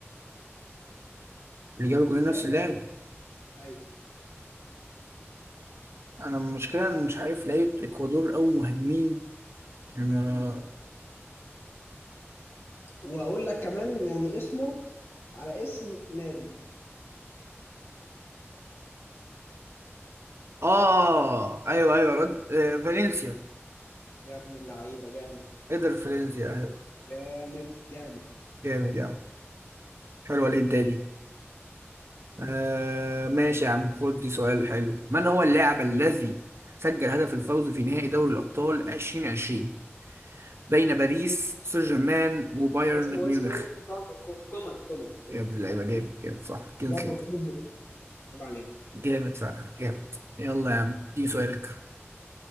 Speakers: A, on the right (about 65°); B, on the left (about 60°).
A: اللي جاب جولين نفس
B: يلا
A: اللاعب
B: يلا ايوه
A: انا المشكله انا
B: آه.
A: مش عارف لعيبه الاكوادور او مهاجمين ما-
B: مم. واقول لك كمان يعني اسمه على اسم نادي
A: اه آه، ايوه ايوه الواد آه، فالنسيا
B: يا ابن اللعيبه جامد
A: قدر فالنسيا ايوه
B: جامد جامد
A: جامد يعني حلوه الهنتايه دي
B: مم.
A: آه ماشي يا عم خد دي سؤال حلو من هو اللاعب الذي سجل هدف الفوز في نهائي دوري الأبطال 2020 بين باريس سان جيرمان وبايرن
B: اسمه
A: ميونخ
B: اسمه ايه كا- كو- كومان كومان كومان
A: يا ابن اللعيبة جامد جامد صح كينسلي
B: جابه بجد وكومان. طب عليك
A: جامد فعلا جامد يلا يا عم دي سؤالك